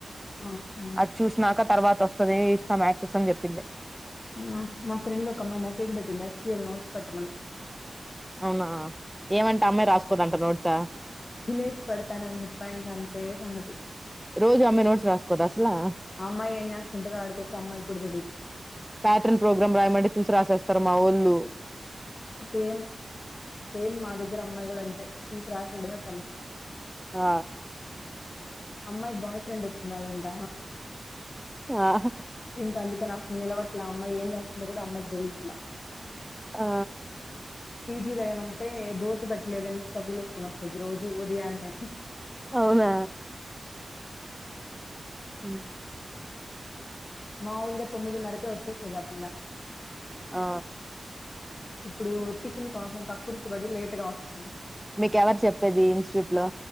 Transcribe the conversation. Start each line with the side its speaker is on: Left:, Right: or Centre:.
Left: ఆ! హ్మ్.
Centre: అది చూసినాక తర్వాత వస్తాది ఇస్తాం యాక్సెస్ అని చెప్పింది
Left: ఆ మా ఫ్రెండ్ ఒక అమ్మాయి మెసేజ్ పెట్టింది ఎస్క్యూఎల్ నోట్స్ పెట్టమని
Centre: అవునా ఏమంటే అమ్మాయి రాసుకోదంట నోట్స
Left: ఉ పెడతానని చెప్పా ఇంకా అంతే సంగతి
Centre: రోజు అమ్మాయి నోట్స్ రాసుకోదా అసలా
Left: అమ్మాయి ఏం చేస్తుంటాదో ఆడికొచ్చి అమ్మాయికి కూడా తెలీదు
Centre: ప్యాటర్న్ ప్రోగ్రామ్ రాయమంటే చూసి రాసేస్తారు మా ఒళ్ళు
Left: సేమ్ సేమ్ మా దగ్గర అమ్మాయి కూడా అంతే చూసి రాసేయడమే పని
Centre: ఆ
Left: అమ్మాయి బాయ్ ఫ్రెండ్ వచ్చిన్నాడంట
Centre: ఆహా
Left: ఇంకా అందుకని అసలు నిలవట్లే అమ్మాయి ఏం చేస్తుందో కూడా అమ్మాయికి తెలియట్లా
Centre: ఆ
Left: పీజీలో ఏమంటే దోశ పెట్టలేదని తగులు వేసుకుని వస్తది రోజు ఉదయాన్నే
Centre: అవునా ఉ
Left: మామూలుగా తొమ్మిది నరకే వచ్చే ఇగ ఆ పిల్లా
Centre: ఆ
Left: ఇప్పుడు టిఫిన్ కోసం కక్కుర్తి బడి లేట్ గా వస్తుంది
Centre: మీకెవరు చెప్పేది ఇన్స్టిట్యూట్ లో